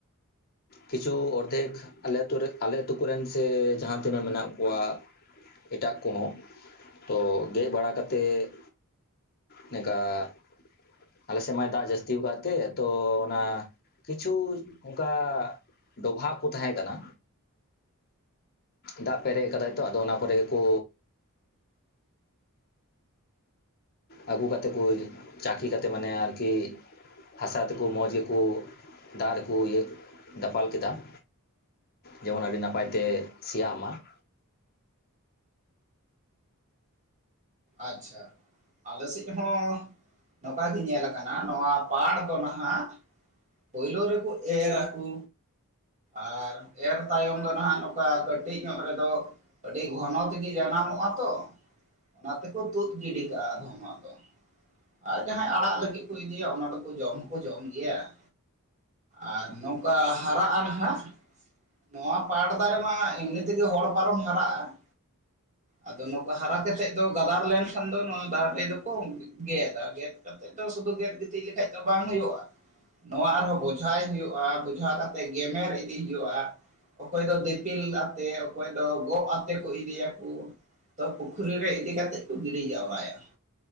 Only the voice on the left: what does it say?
ᱠᱤᱪᱷᱩ ᱚᱨᱫᱷᱮᱠᱼᱼ ᱟᱞᱮ ᱟᱹᱛᱩ ᱨᱮ ᱟᱞᱮ ᱟᱹᱛᱳ ᱠᱚᱨᱮᱱ ᱥᱮ ᱡᱟᱦᱟᱸ ᱛᱤᱱᱟᱹᱜ ᱢᱮᱱᱟᱜ ᱠᱚᱣᱟ, ᱮᱴᱟᱜ ᱠᱚᱦᱚᱸ, ᱛᱚ ᱜᱮᱜ ᱵᱟᱲᱟ ᱠᱟᱛᱮᱫ ᱱᱮᱝᱠᱟ <inaudible> ᱟᱞᱮ ᱥᱮᱫ ᱢᱟᱭ ᱫᱟᱜ ᱡᱟᱹᱥᱛᱤᱣ ᱠᱟᱫ ᱛᱮ ᱛᱚ ᱚᱱᱟ ᱠᱤᱪᱷᱩ ᱚᱝᱠᱟ ᱰᱚᱵᱷᱟᱜ ᱠᱚ ᱛᱟᱦᱮᱸ ᱠᱟᱱᱟ, ᱫᱟᱜ ᱯᱮᱨᱮᱡ ᱟᱠᱟᱫᱟᱭ ᱛᱚ ᱟᱫᱚ ᱚᱱᱟ ᱠᱚᱨᱮ ᱜᱮᱠᱚ ᱟᱹᱜᱩ ᱠᱟᱛᱮᱫ ᱠᱚ ᱪᱟᱹᱠᱷᱤ ᱠᱟᱛᱮᱫ ᱢᱟᱱᱮ ᱟᱨᱠᱤ ᱦᱟᱥᱟ ᱛᱮᱠᱚ ᱢᱚᱸᱡᱽ ᱜᱮᱠᱚ, ᱫᱟᱜ ᱨᱮᱠᱚ ᱤᱭᱟᱹ ᱫᱟᱯᱟᱞ ᱠᱮᱫᱟ ᱾ ᱡᱮᱢᱚᱱ ᱟᱹᱰᱤ ᱱᱟᱯᱟᱭ ᱛᱮ ᱥᱮᱭᱟᱜ ᱢᱟ ᱾